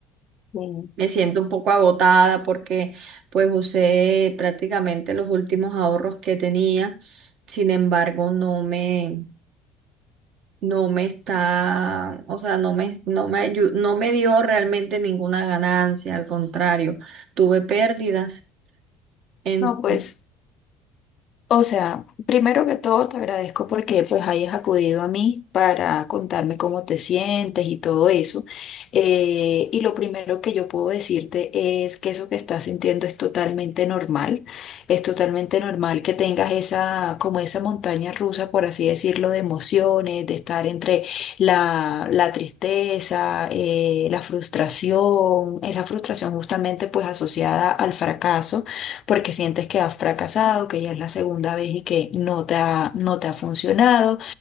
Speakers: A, on the left (about 40°); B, on the right (about 50°).
A: Sí.
B: Me siento un poco agotada porque pues usé prácticamente los últimos ahorros que tenía. Sin embargo, no me, no me está, o sea, no me, no me ayu- no me dio realmente ninguna ganancia. Al contrario, tuve pérdidas. En,
A: No, pues. O sea, primero que todo te agradezco porque pues hayas acudido a mí para contarme cómo te sientes y todo eso. Eh, y lo primero que yo puedo decirte es que eso que estás sintiendo es totalmente normal. Es totalmente normal que tengas esa, como esa montaña rusa, por así decirlo, de emociones, de estar entre la, la tristeza, eh, la frustración, esa frustración justamente pues asociada al fracaso porque sientes que has fracasado, que ya es la segunda vez y que no te ha, no te ha funcionado.